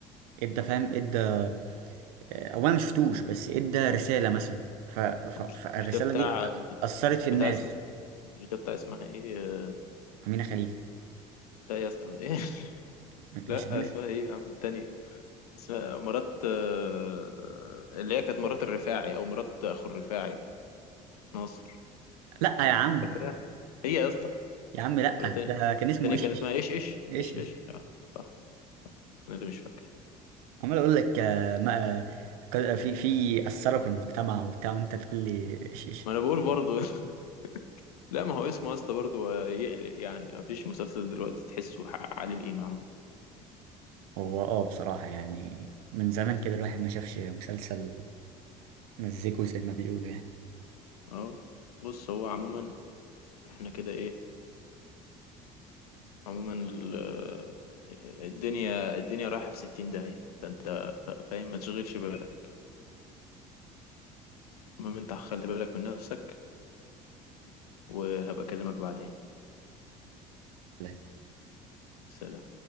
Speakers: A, on the right; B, on the left.
A: ادى فاهم ادى آه، اولا ما شفتوش بس ادى رسالة مثلا ف... ف... فالرسالة
B: مش مش ده بتاع
A: دي أثرت في الناس
B: بتاع مش ده بتاع اسمها ايه آه،
A: أمينة خليل
B: لا يا اسطى ايه <laughs>
A: مش
B: لا
A: أمينة
B: اسمها ايه يا عم التانية اسمها مرات آه، اللي هي كانت مرات الرفاعي او مرات اخو الرفاعي ناصر
A: لأ يا عم
B: فاكرها هي يا اسطى
A: يا عم لأ
B: ولا تاني
A: ده كان اسمه
B: تاني
A: إيش
B: كان اسمها ايش ايش
A: إيش
B: ايش
A: إيش
B: ايش اه صح انا اللي مش فاكر
A: عمال أقول لك آه، ما آه، ك- في في أثروا في المجتمع وبتاع وأنت تقول لي إيش إيش
B: ما انا بقول برضو <laughs> لا ما هو اسمه يا اسطى برضو يقلق يعني ما فيش مسلسل دلوقتي تحسه حق علي الامام
A: هو أه بصراحة يعني من زمان كده الواحد ما شافش مسلسل مزيكو زي ما بيقولوا
B: اه بص هو عموما احنا كده ايه عموما ال- الدنيا الدنيا رايحة في 60 داهية فانت ف- فاهم ما تشغلش بالك المهم انت خلي بالك من نفسك وهبقى اكلمك بعدين
A: يعني
B: سلام